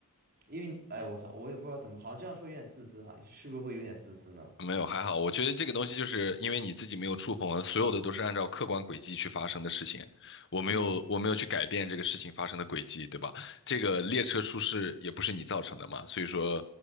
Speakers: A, on the right; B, on the left.
A: 因为哎，我操，我也不知道怎么，好像这样说有点自私哈，是不是会有点自私呢？
B: 没有，还好。我觉得这个东西就是因为你自己没有触碰了，所有的都是按照客观轨迹去发生的事情。我没有，
A: 嗯，
B: 我没有去改变这个事情发生的轨迹，对吧？这个列车出事也不是你造成的嘛，所以说，